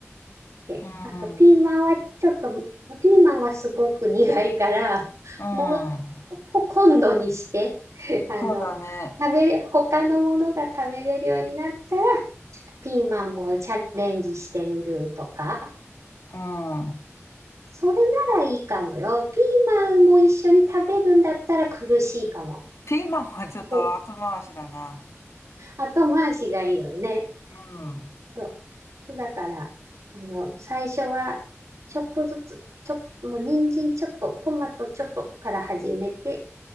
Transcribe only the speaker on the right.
で、
あと、ピーマンはちょっと、
ピーマンはすごく苦いから、<laughs>
もう、こ今度にして、<laughs> あの、
食べれ、他のものが食べれるようになったら、ちょっとピーマンもチャレンジしてみるとか、
それならいいかもよ。ピーマンも一緒に食べるんだったら苦しいかも。
こう後回しがいいよね。
そう。そうだから、あの、最初は、ちょっとずつ、ちょ、もう人参ちょっと、トマトちょっとから始めて、